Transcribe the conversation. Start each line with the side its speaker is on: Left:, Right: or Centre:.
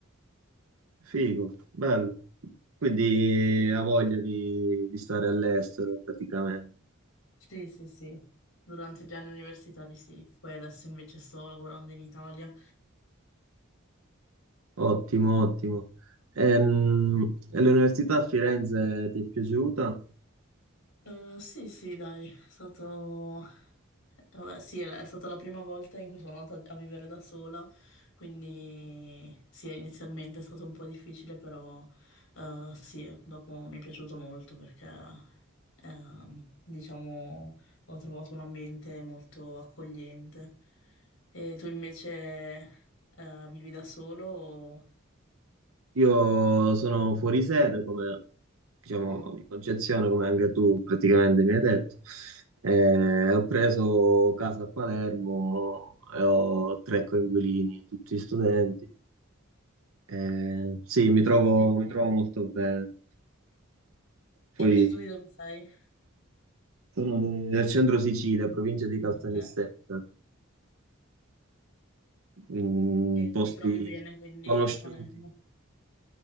Right: figo, bello. Quindi ha voglia di, di stare all'estero praticamente.
Left: Sì, sì, sì, durante gli anni universitari sì, poi adesso invece sto lavorando in Italia.
Right: Ottimo, ottimo. Ehm, E, l'università a Firenze ti è piaciuta?
Left: Eh, sì, sì, dai, è stato... Vabbè, sì, è stata la prima volta in cui sono andata a vivere da sola, quindi sì, inizialmente è stato un po' difficile, però eh, sì, dopo mi è piaciuto molto perché, ehm, diciamo, ho trovato un ambiente molto accogliente. E tu invece eh, vivi da solo o...
Right: Io sono fuori sede, come diciamo
Left: Mm?
Right: di Concezione, come anche tu praticamente mi hai detto. Eh, ho preso casa a Palermo e ho tre coinquilini, tutti studenti. Eh, sì, mi trovo,
Left: Sì.
Right: mi trovo molto bene. Poi
Left: E invece tu di dove sei? Eh,
Right: sono de- del centro Sicilia, provincia di Caltanissetta,
Left: Ok.
Right: mm,
Left: E
Right: posti
Left: ti trovi bene quindi
Right: conosciuti.
Left: a Palermo.